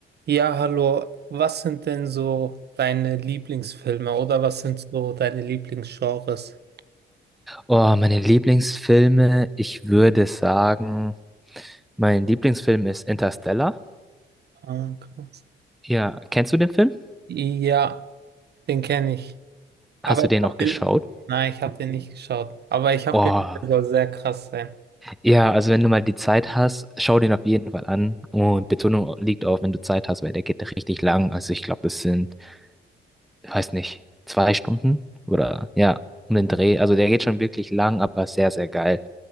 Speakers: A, on the right (about 55°); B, in the centre.
A: Ja, hallo. Was sind denn so deine Lieblingsfilme oder was sind so deine Lieblingsgenres?
B: Oh, meine Lieblingsfilme, ich würde sagen, mein Lieblingsfilm ist Interstellar.
A: Ah, krass.
B: Ja, kennst du den Film?
A: Ja, den kenne ich.
B: Hast
A: Aber ich
B: du den
A: habe
B: noch geschaut?
A: den, nein, ich habe den nicht geschaut. Aber ich habe
B: Oh,
A: gehört, der soll sehr krass sein.
B: ja, also wenn du mal die Zeit hast, schau den auf jeden Fall an. Und Betonung liegt auf, wenn du Zeit hast, weil der geht richtig lang. Also ich glaube, das sind, ich weiß nicht, zwei Stunden oder ja, um den Dreh. Also der geht schon wirklich lang, aber sehr, sehr geil.